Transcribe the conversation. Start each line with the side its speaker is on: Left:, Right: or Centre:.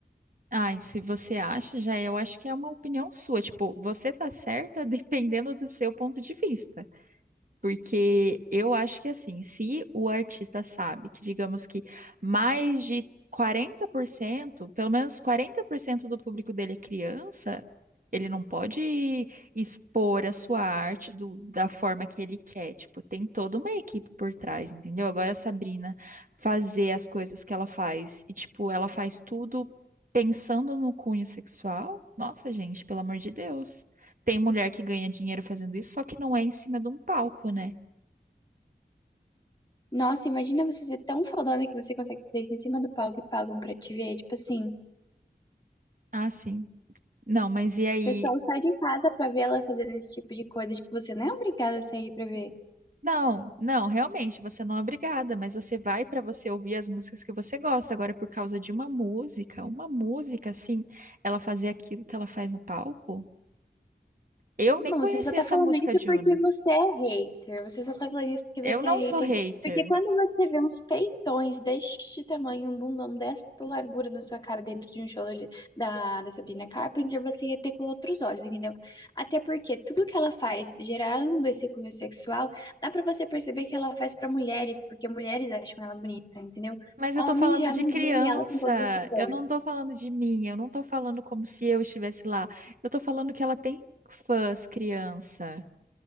Right: Ai, se você acha, já eu acho que é uma opinião sua. Tipo, você tá certa <laughs> dependendo do seu ponto de vista. Porque eu acho que assim, se o artista sabe que, digamos que mais de 40%, pelo menos 40% do público dele é criança, ele não pode expor a sua arte do- da forma que ele quer. Tipo, tem toda uma equipe por trás, entendeu? Agora a Sabrina fazer as coisas que ela faz e, tipo, ela faz tudo pensando no cunho sexual. Nossa, gente, pelo amor de Deus. Tem mulher que ganha dinheiro fazendo isso, só que não é em cima de um palco, né?
Left: Nossa, imagina você ser tão fodona que você consegue fazer isso em cima do palco e pagam pra te ver. Tipo assim, o
Right: Ah, sim. Não, mas e aí?
Left: pessoal sai de casa pra ver ela fazendo esse tipo de coisa. Tipo, você não é obrigada a sair pra ver.
Right: Não, não, realmente, você não é obrigada, mas você vai pra você ouvir as músicas que você gosta. Agora, por causa de uma música, uma música, assim, ela fazer aquilo que ela faz no palco? Eu
Left: Bom,
Right: nem conhecia
Left: você só tá
Right: essa
Left: falando
Right: música
Left: isso
Right: de
Left: porque
Right: Uno.
Left: você é hater. Você só tá falando isso porque
Right: Eu
Left: você
Right: não
Left: é hater.
Right: sou hater,
Left: Porque quando você vê uns peitões deste tamanho, um bundão desta largura na sua cara dentro de um show ali da, da Sabrina Carpenter, você ia ter com outros olhos, entendeu? Até porque tudo que ela faz gerando esse cunho sexual, dá pra você perceber que ela faz pra mulheres, porque mulheres acham ela bonita, entendeu?
Right: mas eu
Left: Homens
Right: tô falando
Left: já
Right: de
Left: não
Right: criança.
Left: veem ela com todos esses olhos.
Right: Eu não tô falando de mim, eu não tô falando como se eu estivesse lá. Eu tô falando que ela tem fãs criança,